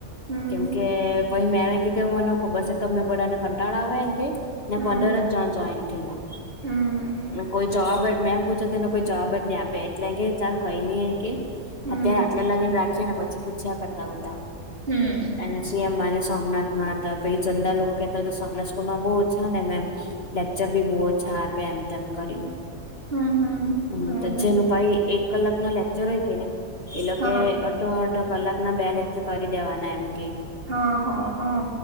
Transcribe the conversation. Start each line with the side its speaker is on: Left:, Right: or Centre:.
Right: હમ
Left: કેમ કે પહી મેમે કીધુ મને હો ખબર સે તમને બધાને કંટાળા આવે એમ કેય ને
Right: હમ
Left: પંદર જ જણ જોઈન્ટ થેયલા
Right: હમ
Left: ને કોઈ જવાબ જ મેમ પૂછે તેનો કોઈ જવાબ જ ની આપે એટલે એમ કેય ચાલ કઈ ની એમ કેય
Right: હમ
Left: અત્યારે આટલે લગીન રાખ છે ને પછી પૂછ્યા કરતા ઉતા
Right: હમ્મ
Left: એન સી એમ માં અને સોમનાથ માં તો પેલી ચંદા લોકો કેતા તા સોમનાથમાં બઉ ઓછા ને મેમ લેક્ચર બી બો ઓછા આપે એમ તેમ કરીને
Right: હમ હમ
Left: હં
Right: બરાબર
Left: જેનું ભાઈ એક કલાકનો લેક્ચર હોય કે ની એ લોકે
Right: હા
Left: અડધો અડધો કલાકના બે લેકચર કરી દેવાના એમ કેય
Right: હં હં હં